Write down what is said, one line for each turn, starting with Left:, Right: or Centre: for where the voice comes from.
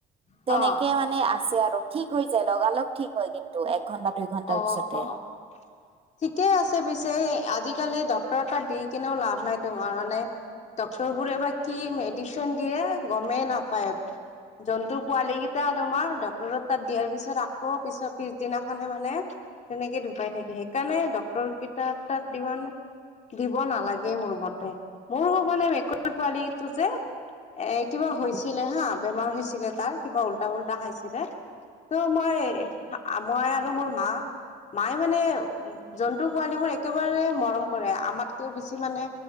Right: তেনেকে
Left: অ',
Right: মানে আছে আৰু ঠিক হৈ যায়, লগালগ ঠিক হয় কিন্তু ঘন্টা দুই ঘন্টাৰ
Left: অ',
Right: পিছতে
Left: - অ' ঠিকেই আছে পিছে আজিকালি ডক্তৰ তাত দি কিনেও লাভ নাই তোমাৰ মানে ডক্টৰ বোৰে এ বা কি মেডিচিন দিয়ে গমেই নাপায়। জন্তু পোৱালি কেইটা তোমাৰ ডক্টৰৰত তাত দিয়াৰ পিছত আকৌ পিছত পিছদিনাখন মানে তেনেকে ধুকাই থাকে, সেইকাৰণে ডক্তৰ কেইটা তাত দি মানে দিব নালাগে মোৰ মতে, মোৰো মানে মেকুৰী পোৱালীটো যে এ কিবা
Right: উম,
Left: হৈছিলে হা বেমাৰ হৈ ছিলে তাৰ কিবা উল্টা-পুল্টা খাইছিলে, তো মৈ আমৰ ইটো মোৰ মা। মায়ে মানে জন্তু পোৱালীবোৰ একেবাৰে মৰম কৰে, আমাতকেও বেছি মানে